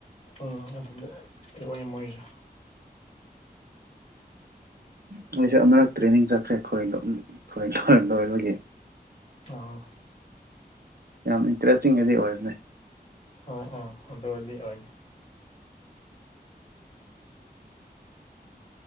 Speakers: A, on the left; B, on the right.
A: ꯎꯝ ꯑꯗꯨꯗ ꯀ ꯑꯣꯏ ꯃꯣꯏꯁꯨ
B: ꯑꯩꯣꯏꯁꯦ ꯑꯃꯨꯔꯛ ꯇ꯭ꯔꯦꯅꯤꯡ ꯆꯠꯈ꯭ꯔꯦ ꯈꯣꯏ ꯈꯣꯏ ꯂꯣꯏ ꯂꯣꯏꯕꯣꯏꯒꯤ
A: ꯑꯥ
B: ꯌꯥꯝ ꯏꯟꯇꯔꯦꯁꯇꯤꯡꯒꯗꯤ ꯑꯣꯏꯔꯅꯦ
A: ꯍꯣꯏ ꯑꯥ ꯑꯗꯨ ꯑꯣꯏꯗꯤ ꯑꯣꯏ